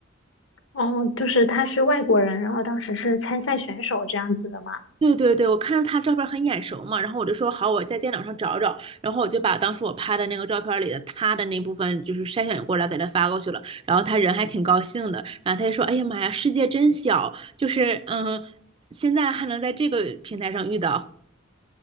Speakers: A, on the left (about 75°); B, on the right (about 25°).
A: 哦，就是他是外国人，然后当时是参赛选手这样子的嘛？
B: 对对对，我看着他照片很眼熟嘛，然后我就说好，我在电脑上找找，然后我就把当时我拍的那个照片里的他的那部分就是筛选过来给他发过去了，然后他人还挺高兴的，然后他就说，哎呀妈呀，世界真小，就是嗯，现在还能在这个平台上遇到。